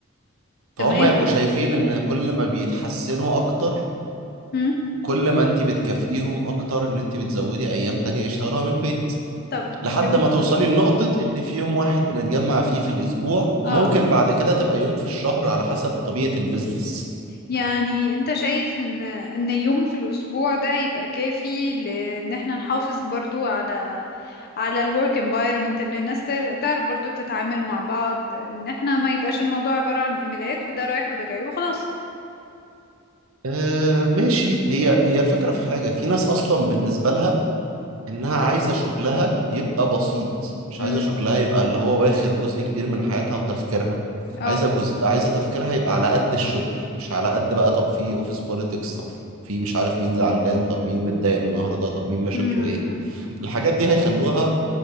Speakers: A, on the right; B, on the left.
A: فهم
B: تمام
A: يبقوا شايفين ان كل ما بيتحسنوا اكتر
B: مم.
A: كل ما انت بتكافئيهم اكتر ان انت بتزودي ايام تانية يشتغلوها من البيت
B: طب
A: لحد
B: جميل
A: ما توصلي لنقطة ان في يوم واحد بنتجمع فيه في الاسبوع وممكن
B: اه
A: بعد كده تبقى يوم في الشهر على حسب طبيعة البيزنس
B: يعني انت شايف ان ان يوم في الاسبوع ده هيبقى كافي لان احنا نحافظ برضو على على الورك environment ان الناس تر- تعرف برضو تتعامل مع بعض ان احنا ما يبقاش الموضوع عبارة عن ايميلات وده رايح وده جاي وخلاص
A: آه ماشي هي هي الفكرة في حاجة في ناس اصلا بالنسبة لها انها عايزه شغلها يبقى بسيط مش
B: امم
A: عايزه شغلها يبقى اللي هو واخد جزء كبير من حياتها وتفكيرها
B: اه
A: عايزه جزء عايزه تفكيرها يبقى على قد الشغل مش على قد بقى طب في اوفيس بوليتكس طب في مش عارف مين زعلان طب مين متضايق النهارده طب مين مشاكله
B: امم
A: ايه الحاجات دي هيخلوها